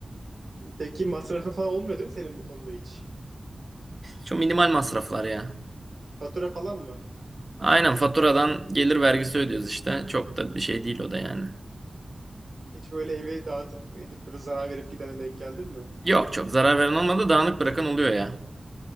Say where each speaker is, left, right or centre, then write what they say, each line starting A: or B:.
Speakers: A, on the right; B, on the right.
A: Peki masrafı falan olmuyor değil mi senin bu konuda hiç?
B: çok minimal masraflar ya.
A: Fatura falan mı?
B: Aynen faturadan gelir vergisi ödüyoruz işte. Çok da bir şey değil o da yani.
A: Hiç böyle evi dağıtıp edip böyle zarar verip gidene denk geldin mi?
B: Yok çok zarar veren olmadı dağınık bırakan oluyor ya.